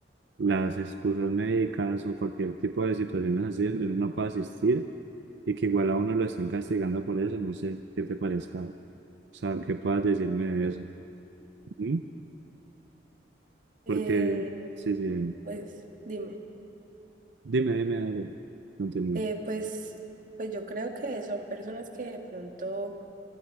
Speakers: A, on the right; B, on the right.
A: las excusas médicas o cualquier tipo de situaciones así donde uno no puede asistir y que igual a uno lo estén castigando por eso, no sé qué te parezca, o sea, qué puedas decirme de eso, ¿Mm?
B: Eh,
A: porque sí, sí.
B: pues dime,
A: Dime, dime algo. Continúe.
B: eh, pues, pues yo creo que son personas que de pronto...